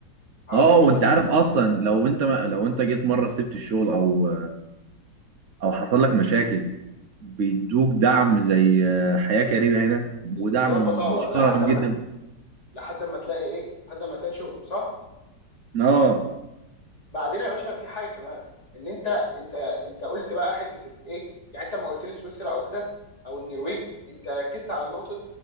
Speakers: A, on the left; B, on the right.
A: عاوز
B: اه
A: إيه اكتر
B: وانت
A: من كده
B: عارف اصلا لو انت ما لو انت جيت مره سبت الشغل او او حصل لك مشاكل بيدوك دعم زي آه، حياه كريمه هنا ودعم
A: اللي هو البطاله
B: محترم
A: لحد اما
B: جدا
A: لحد اما تلاقي ايه لحد اما تلاقي شغل صح
B: اه
A: بعدين يا باشا في حاجه كمان ان انت انت انت قلت بقى حته ايه يعني انت لما قلت لي سويسرا او كده او النرويج انت ركزت على نقطه